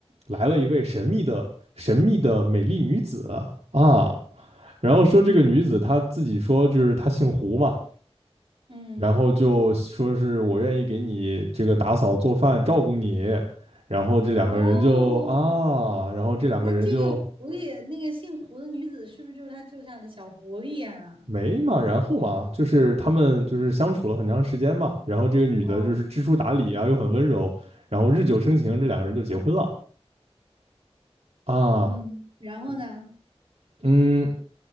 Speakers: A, on the right; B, on the right.
A: 来了一位神秘的神秘的美丽女子啊，然后说这个女子她自己说就是她姓胡嘛，
B: 嗯，
A: 然后就说是我愿意给你这个打扫做饭照顾你，然后这两个人就啊，
B: 哦，
A: 然后这两个人就。
B: 那这个狐狸，那个姓胡的女子是不是就是他救下的小狐狸呀、
A: 没嘛，然后嘛，就是他们就是相处了很长时间嘛，然后这个女的就是知书达理啊，
B: 哦，
A: 又很温柔，然后日久生情，这两个人就结婚了啊。
B: 嗯，然后呢？
A: 嗯，